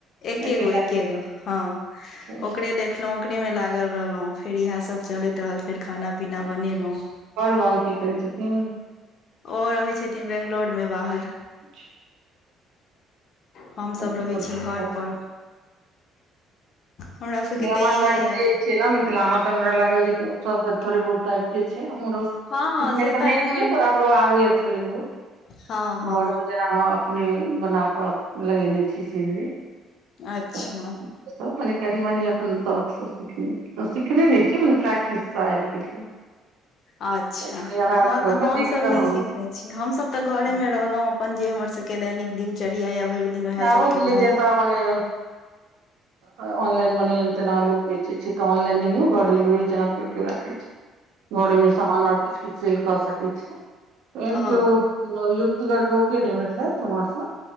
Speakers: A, on the left; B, on the right.
A: एकेगो
B: एकेटा अय
A: एकेगो हँ
B: अच्छा अच्छा।
A: ओकरे देख उठलाऊ ओकरे मऽ लागल रहलहुँ फेर इएह सब चलैत रहल फेर खाना पीना बनेलहुँ
B: आओर बाबू की करै छथिन
A: ओ रहै छथिन बैंगलोर मे बाहर
B: अच्छा
A: हमसभ रहै
B: तऽ
A: छी घरपर
B: बहुत
A: हमरा सबके
B: नै हमर
A: तऽ इएह
B: बड
A: यऽ
B: तेज छै ने मिथिलामेा तऽ हमरा लागल जे सब के थोड़े बहुत एबते छै हमरो सिखने
A: हँ हँ से
B: तऽ नहि
A: एहन
B: छिय पर हमरो आबेय थोड़े बहुत
A: हँ हँ
B: घर मे जेना अपने बनााकऽ लगेने छी सीनरी
A: अच्छा
B: तऽ सब मने कनी मनी अपन शौक सऽ सीखने सीखने ने छी मने प्रैक्टिस से आबि गेल या
A: अच्छा
B: कनि अभ्यास
A: हँ
B: कऽ
A: तऽ
B: कऽ
A: हम
B: देख
A: सब
B: कऽ
A: नहि
B: हँ
A: सिखनेे छिह हमसभ तऽ घरे मे रहलहुं अपन जे हमर सबके दैनिक दिनचर्या या भरि दिन उएह
B: आबय
A: सब केलहुँ
B: गेलय जतय माने ऑनलाइन मने जेना लोग बेचे छै तऽ ऑनलाइन नहियो घरेलुए जेना को कोइकेओ राखे
A: <inaudible>
B: छै घरेमे सामान आर किछु किछु सेल कऽ सकैत छी ऐहेन
A: ओ
B: कियोओ युक्तगट रोकी नहि भेटल ओमरसँ